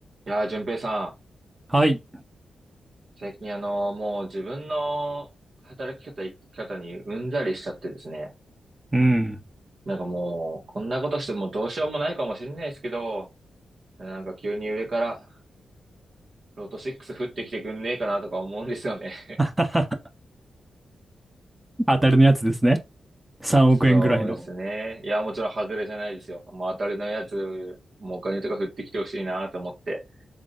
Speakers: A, on the right; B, on the right.
A: いやー、淳平さ
B: はい。
A: ん、最近あの、もう自分の働き方、生き方にうんざりしちゃってですね。
B: うん。
A: なんかもう、こんなことしてもうどうしようもないかもしれないですけど、なんか急に上から、ロト6降ってきてくんねえかなとか思うんですよね。
B: <laughs> 当たりのやつですね。3億円ぐらいの。
A: <laughs> そうですね。いや、もちろん外れじゃないですよ。もう当たりのやつ、もうお金とか降ってきてほしいなと思って。